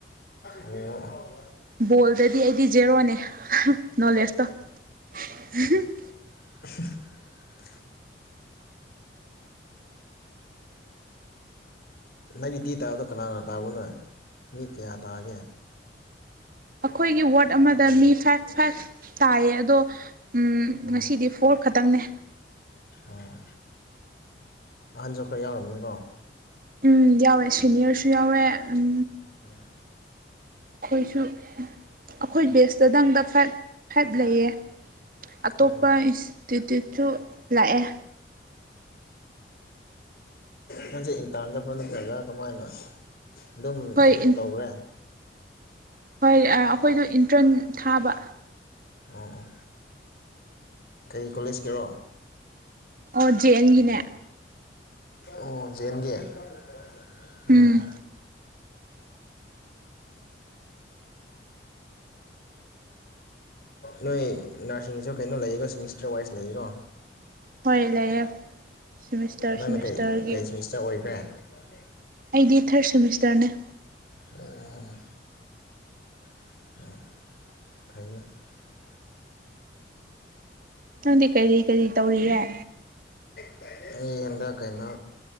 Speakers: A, on the left; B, on the right.
A: ꯑꯣ
B: ꯕꯣꯜꯗꯗꯤ ꯑꯩꯗꯤ ꯖꯦꯔꯣꯅꯦ <unintelligible> ꯅꯣꯂꯦꯁꯇꯣ ꯎꯝꯍꯛ
A: <unintelligible> ꯅꯪꯒꯤ ꯇꯤ ꯇꯥꯕꯗꯣ ꯀꯅꯥꯅ ꯇꯥꯕ꯭ꯔꯣꯅꯦ ꯃꯤ ꯀꯌꯥ ꯇꯥꯒꯦ
B: ꯑꯈꯣꯏꯒꯤ ꯋꯥꯔꯗ ꯑꯃꯗ ꯃꯤ ꯐꯥꯏꯚ ꯐꯥꯏꯚ ꯇꯥꯏꯌꯦ ꯑꯗꯣ ꯎꯝ
A: ꯑꯣ
B: ꯉꯁꯤꯗꯤ ꯐꯣꯔ ꯈꯇꯪꯅꯦ
A: ꯑꯣ ꯑꯍꯟꯁꯨ ꯈꯔ ꯌꯥꯎꯔꯝꯅꯤ ꯑꯣ
B: ꯎꯝ ꯌꯥꯎꯋꯦ ꯁꯤꯅꯤꯌꯔꯁꯨ ꯌꯥꯎꯋꯦ ꯎꯝ
A: ꯎꯝ
B: ꯑꯈꯣꯏꯁꯨ ꯑꯈꯣꯏ ꯕꯦꯁꯇꯗꯪꯗ ꯐꯥꯏꯚ ꯐꯥꯏꯚ ꯂꯩꯌꯦ ꯑꯇꯣꯞꯄ
A: ꯑꯣ
B: ꯏꯁꯇꯤꯇ꯭ꯌꯨꯠꯁꯨ ꯂꯥꯛꯑꯦ
A: ꯅꯪꯖꯦ ꯏꯟꯇꯔꯟ ꯆꯠꯄꯗ ꯇꯧꯏꯔ ꯅꯠꯇ꯭ꯔꯒ ꯀꯃꯥꯏꯅ ꯑꯗꯨꯝ
B: ꯍꯣꯏ
A: ꯀꯩꯅꯣ ꯇꯧꯒ꯭ꯔ‌ꯦ
B: ꯍꯣꯏ ꯑ ꯑꯈꯣꯏꯗꯣ ꯏꯟ ꯇ꯭ꯔꯟ ꯊꯥꯕ
A: ꯑꯣ ꯑꯣ ꯀꯩ ꯀꯣꯂꯦꯖꯀꯤꯔꯣ
B: ꯑꯣ ꯖꯦꯑꯦ ꯟꯒꯤꯅꯦ
A: ꯑꯣ ꯖꯦꯟꯒꯤ ꯑꯣꯑꯣ
B: ꯎꯝ
A: ꯅꯣꯏ ꯅꯔꯁꯤꯡꯁꯨ ꯀꯩꯅꯣ ꯂꯩꯌꯦꯀꯣ ꯁꯤꯃꯤꯁꯇꯔ ꯋꯥꯏꯁ ꯂꯩꯌꯦꯀꯣ
B: ꯍꯣꯏ ꯂꯩꯌꯦ ꯁꯤꯃꯤꯁꯇꯔ ꯁꯤꯃꯤꯁꯇꯔꯒꯤ
A: ꯅꯪꯅ ꯀꯩ ꯀꯩ ꯃꯤꯁꯇ ꯑꯣꯏꯈ꯭ꯔꯦ ꯂꯦ
B: ꯑꯩꯗꯤ ꯊꯥꯔꯠ ꯁꯦꯃꯤꯁꯇꯔꯅꯦ
A: ꯑꯣ <unintelligible>
B: ꯍ ꯀꯔꯤ ꯀꯔꯤ ꯇꯧꯔꯤꯌꯦꯦ
A: ꯑꯩ ꯍꯦꯟꯗ ꯀꯩꯅꯣ